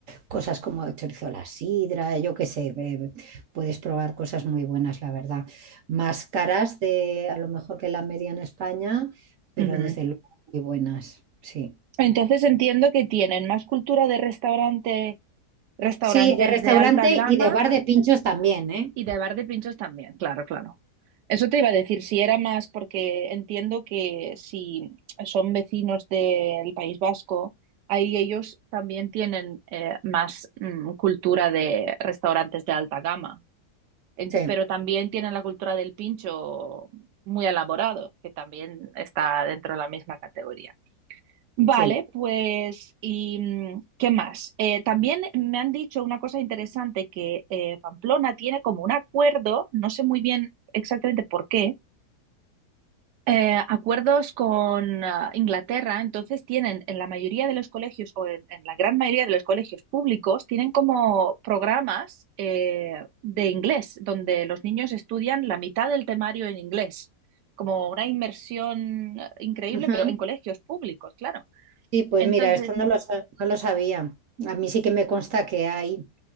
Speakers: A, on the right (about 65°); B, on the right (about 90°).
A: cosas como el chorizo a la sidra, yo qué sé, eh, puedes probar cosas muy buenas, la verdad. Más caras de a lo mejor que la media en España, pero
B: Ujú.
A: desde luego muy buenas, sí.
B: Entonces entiendo que tienen más cultura de restaurante, restaurantes
A: Sí, de restaurante
B: de alta gama
A: y de bar de pinchos también, ¿eh?
B: Y de bar de pinchos también, claro, claro. Eso te iba a decir, si era más, porque entiendo que si son vecinos del País Vasco, ahí ellos también tienen eh, más mm, cultura de restaurantes de alta gama, En-
A: Sí,
B: pero también tienen la cultura del pincho muy elaborado, que también está dentro de la misma categoría. Vale,
A: sí.
B: pues, ¿y mm, qué más? Eh, también me han dicho una cosa interesante, que eh, Pamplona tiene como un acuerdo, no sé muy bien exactamente por qué, eh, acuerdos con ah, Inglaterra, entonces tienen en la mayoría de los colegios, o en, en la gran mayoría de los colegios públicos, tienen como programas eh, de inglés, donde los niños estudian la mitad del temario en inglés, como una inmersión eh, increíble,
A: Ujú.
B: pero en colegios públicos, claro.
A: Sí, pues
B: Entonces,
A: mira, esto no lo, sa- no lo sabía. A mí sí que me consta que hay,